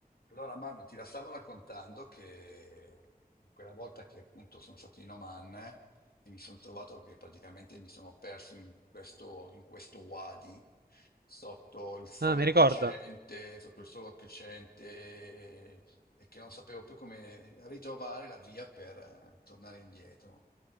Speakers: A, on the left; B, on the right.
A: Allora, Manu, ti la stavo raccontando che quella volta che appunto sono stato in Oman eh, e mi sono trovato che praticamente mi sono perso in questo, in questo wadi sotto il sole
B: Ah, mi ricordo.
A: cocente, sotto il sole crescente e che non sapevo più come ritrovare la via per eh, tornare indietro.